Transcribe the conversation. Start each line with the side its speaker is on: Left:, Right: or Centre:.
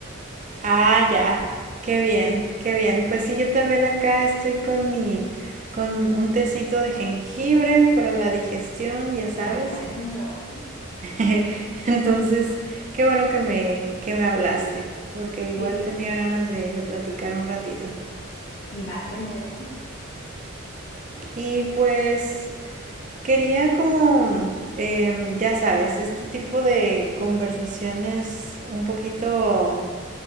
Right: Ah, ya, qué bien, qué bien. Pues sí, yo también acá estoy con mi, con un tecito de jengibre para la digestión, ya sabes.
Left: Muy bueno, muy bueno.
Right: <laughs> Entonces, qué bueno que me, que me hablaste, porque igual
Left: Sí,
Right: tenía ganas de, de platicar un ratito.
Left: vale, muy bien.
Right: Y pues, Quería como, mm, em, ya sabes, este tipo de conversaciones un poquito